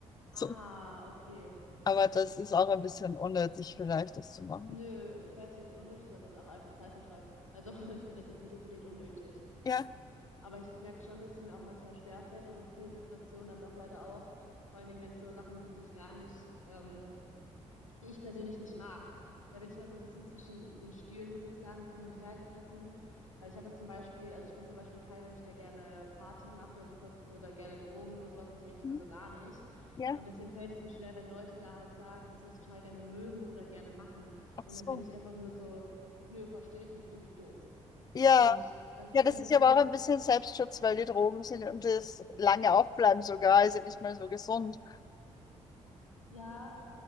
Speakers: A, on the left; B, on the left.
A: So.
B: Ah, okay.
A: Aber das ist auch ein bisschen unnötig, vielleicht das zu machen.
B: Nö, ich weiß nicht, ob es unnötig ist, aber es ist auch einfach Zeitvertreib. Also <laughs> ich finde das jetzt nicht unbedingt unnötig.
A: Ja.
B: Aber ich merke schon, dass es mir auch manchmal schwerfällt, also in vielen Situationen dann doch leider auch, vor allen Dingen, wenn es so Sachen sind, die ich gar nicht, ähm, die ich persönlich nicht mag. Da bin ich mal so ein bisschen zwischen den Stühlen, muss ich sagen, ein bisschen hin und her gerissen, weil ich habe das zum Beispiel, also ich bin zum Beispiel kein Mensch, der gerne Party macht oder super oder gerne Drogen nimmt oder sowas in die Richtung,
A: Mhm.
B: also gar nicht.
A: Ja.
B: Und deswegen fällt es mir schwer, wenn Leute da halt sagen, dass sie das total gerne mögen oder gerne machen.
A: Ach
B: Und
A: so.
B: dann bin ich einfach nur so, nö, verstehe ich nicht, finde ich doof.
A: Ja.
B: Und das
A: Ja,
B: ist
A: das
B: so ein
A: ist
B: bisschen
A: ja aber auch ein bisschen Selbstschutz, weil die Drogen sind und das lange aufbleiben sogar, ist ja nicht mehr so gesund.
B: Ja,